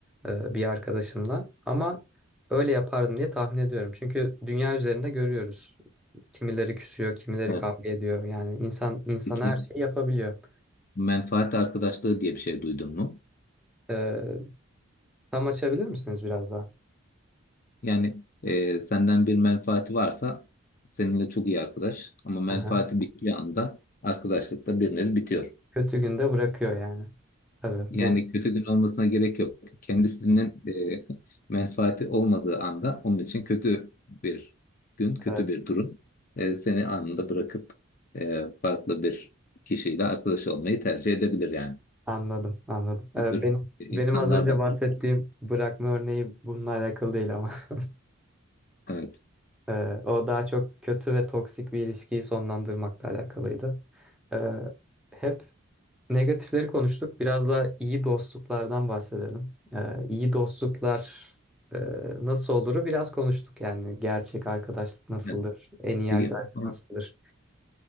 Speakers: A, in the centre; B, on the left.
A: e, bir arkadaşımla ama öyle yapardım diye tahmin ediyorum. Çünkü dünya üzerinde görüyoruz. Kimileri küsüyor, kimileri
B: Evet.
A: kavga ediyor. Yani insan insan
B: Peki
A: her şeyi yapabiliyor.
B: menfaat arkadaşlığı diye bir şey duydun mu?
A: Ee, tam açabilir misiniz biraz daha?
B: Yani e, senden bir menfaati varsa seninle çok iyi arkadaş ama menfaati
A: Aha.
B: bittiği anda arkadaşlıkta bir nevi bitiyor.
A: Kötü günde bırakıyor yani. Tabii
B: Yani
A: bu
B: kötü gün olmasına gerek yok. Kendisinin e, <laughs> menfaati olmadığı anda onun için kötü bir gün, kötü
A: Evet.
B: bir durum e, seni anında bırakıp e, farklı bir kişiyle arkadaş olmayı tercih edebilir yani.
A: Anladım, anladım. Ee,
B: Bu tür
A: benim
B: insanlar
A: benim az önce
B: da
A: bahsettiğim
B: var.
A: bırakma örneği bununla alakalı değil ama <laughs>
B: Evet.
A: Ee, o daha çok kötü ve toksik bir ilişkiyi sonlandırmakla alakalıydı. Ee, hep negatifleri konuştuk. Biraz da iyi dostluklardan bahsedelim. Ee, iyi dostluklar e, nasıl oluru biraz konuştuk yani gerçek arkadaşlık nasıldır,
B: Evet.
A: en iyi
B: Peki,
A: arkadaşlık
B: son-
A: nasıldır.